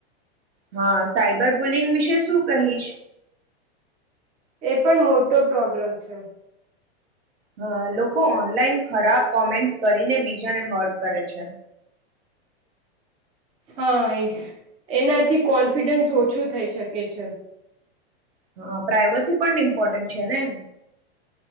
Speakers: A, on the right; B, on the right.
A: હા સાઈબર બુલિંગ વિશે શું કહીશ.
B: એ પણ મોટો પ્રોબ્લેમ છે.
A: હા લોકો ઓનલાઈન ખરાબ કોમેન્ટસ કરીને બીજાને હર્ટ કરે છે.
B: હા એ એનાથી કોન્ફિડન્સ ઓછો થઈ શકે છે.
A: હા પ્રાઈવસી પણ ઇમ્પોર્ટન્ટ છે ને.